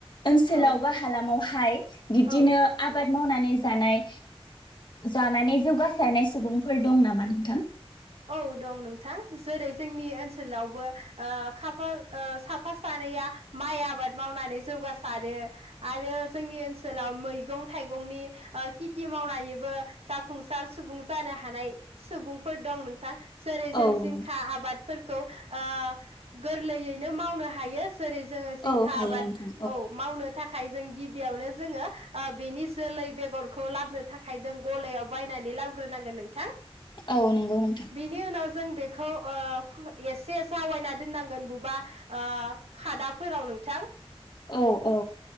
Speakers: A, on the left; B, on the right.
A: ओनसोलाव
B: औ
A: बा हालामावहाय बिब्दिनो
B: औ
A: आबाद मावनानै जानाय जानानै जौगासारनाय सुबुंफोर दं नामा नोंथां?
B: औ दं नोंथां जेरै जोंनि ओनसोलावबो ओ खाफाल साफा सानैया माइ आबाद मावनानै जौगासारो आरो जोंनि ओनसोलाव मैगं थाइगंनि ओ केटि मावनानैबो जाफुंसार सुबुं जानो हानाय सुबुं फोर दं नोंथा जेरै जों
A: औ
B: जिंखा
A: नोंथां
B: आबादफोर खौ ओ गोरलैयैनो मावनो हायो जेरै जोङो जिंखा
A: औ हायो
B: आबाद
A: नोंथां
B: औ मावनो थाखाय जों गि बेयावनो जोङो ओ बेनि जोलै बेगरखौ लाबनो थाखाय जों गलायाव बायनानै लाबग्रोनांगोन नोंथां
A: औ नंगौ नोंथां
B: बिनि उनाव जों बेखौ ओ फो एसे जावायना दोननांगोन बुबा ओ खादाफोराव नोंथां।
A: औ औ।